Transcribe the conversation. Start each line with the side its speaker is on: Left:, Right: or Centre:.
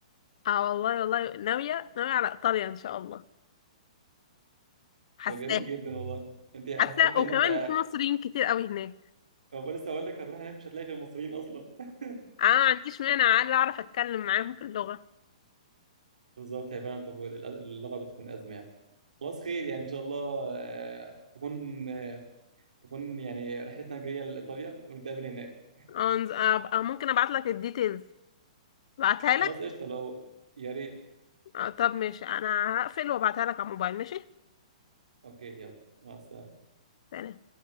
Left: اه والله والله ناوية ناوية على إيطاليا إن شاء الله حاساها
Right: طب جميل جدا والله أنت هتروحي
Left: حاساها وكمان
Right: هناك ت...
Left: في مصريين كتير قوي هناك
Right: لسه أقول لك هتروحي هناك مش هتلاقي غير المصريين أصلا <laughs>
Left: اه ما عنديش مانع عادي اعرف اتكلم معاهم في اللغة
Right: بالظبط هي فعلا طب اللغة بتكون أزمة يعني خلاص خير يعني ان شاء الله آه، تكون آه، تكون يعني رحلتنا الجايه لايطاليا ونتقابل هناك
Left: اه نز- ابقى ممكن ابعت لك الديتيلز ابعتها لك
Right: خلاص قشطه لو يا ريت
Left: آه، طب ماشي انا هقفل وابعتها لك على الموبايل ماشي
Right: اوكي يلا مع السلامه
Left: سلام